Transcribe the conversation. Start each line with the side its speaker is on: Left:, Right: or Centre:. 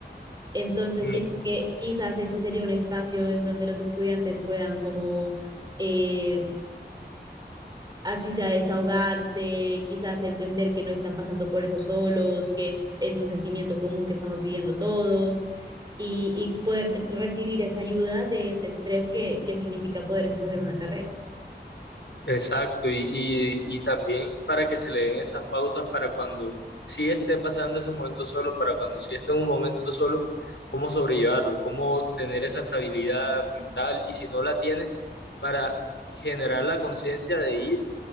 Right: Entonces,
Left: Mm.
Right: siento que quizás ese sería un espacio en donde los estudiantes puedan como... eh, así sea desahogarse, quizás entender que no están pasando por eso solos, que es, es un sentimiento común que estamos viviendo todos y, y poder te- recibir esa ayuda de ese estrés que, que significa poder escoger una carrera,
Left: Exacto, y, y, y también para que se le den esas pautas para cuando sí esté pasando ese momento solo, para cuando sí esté en un momento solo, cómo sobrellevarlo, cómo tener esa estabilidad mental y si no la tiene, para generar la conciencia de ir